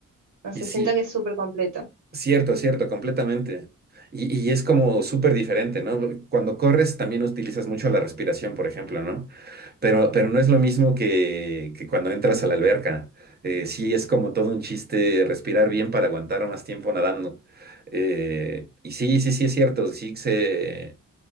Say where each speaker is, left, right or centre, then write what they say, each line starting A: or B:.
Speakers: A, on the right; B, on the right.
A: no
B: y
A: sé,
B: sí,
A: siento que es súper completo.
B: cierto, cierto, completamente. Y, y es como súper diferente, ¿no? Cuando corres también utilizas mucho la respiración, por ejemplo, ¿no? Pero, pero no es lo mismo que, que cuando entras a la alberca. Eh, sí, es como todo un chiste respirar bien para aguantar más tiempo nadando. Eh, y sí, sí, sí, es cierto, sí que se...